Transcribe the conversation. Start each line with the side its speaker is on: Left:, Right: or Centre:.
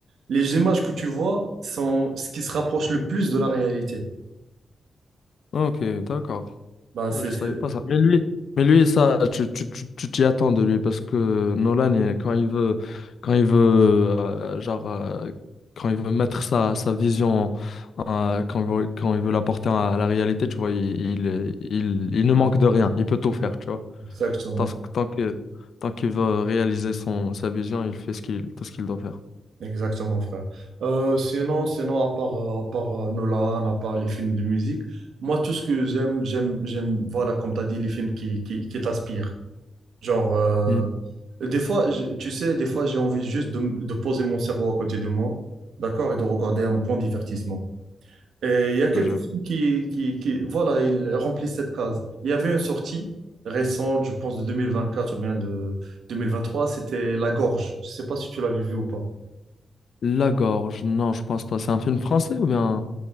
Right: les images que tu vois sont ce qui se rapproche le plus de la réalité.
Left: Ok, d'accord.
Right: Bah, c'est,
Left: Ah, je
Right: c'est-
Left: savais pas ça. Mais lui, mais lui, ça, tu, tu, tu, tu t'y attends de lui parce que Nolan, il- quand il veut, quand il veut, euh, genre, euh, quand il veut mettre sa, sa vision, euh, quand il veut, quand il veut l'apporter à, la réalité, tu vois, il, il, est- il, il ne manque de rien. Il peut tout faire, tu vois.
Right: Exactement.
Left: Tant, que- tant que, tant qu'il veut réaliser son, sa vision, il fait ce qu'il, tout ce qu'il doit faire.
Right: Exactement, frère. Euh, sinon, sinon, à part, euh, à part euh, Nolan, à part les films de musique, moi, tout ce que j'aime, j'aime, j'aime, voilà, comme tu as dit, les films qui, qui, qui t'aspirent. Genre, euh,
Left: Mhm.
Right: des fois, je- tu sais, des fois, j'ai envie juste de, m- de poser mon cerveau à côté de moi, d'accord, et de regarder un bon divertissement. Et il y
Left: Je
Right: a quelques
Left: te jure.
Right: films qui, qui, qui, voilà, ils remplissent cette case. Il y avait une sortie récente, je pense, de 2024 ou bien de deux mille vingt trois c'était La Gorge. Je sais pas si tu l'avais vu ou pas.
Left: La Gorge, non, je pense pas. C'est un film français ou bien